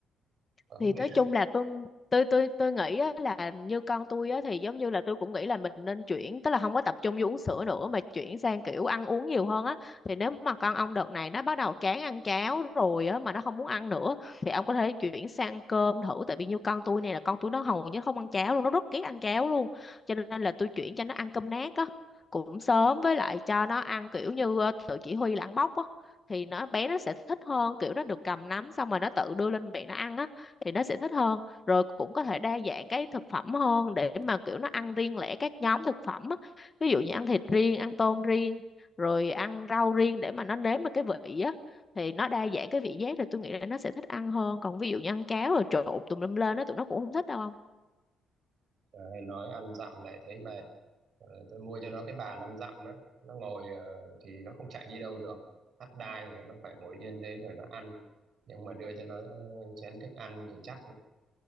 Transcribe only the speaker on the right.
mà không
biết
<laughs> Trời, nói ăn dặm lại thấy mệt Ờ, tôi mua cho nó cái bàn ăn dặm đó nó ngồi ờ, thì nó không chạy đi đâu được thắt đai thì nó phải ngồi yên đấy rồi nó ăn nhưng mà đưa cho nó ờ, chén thức ăn thì chắc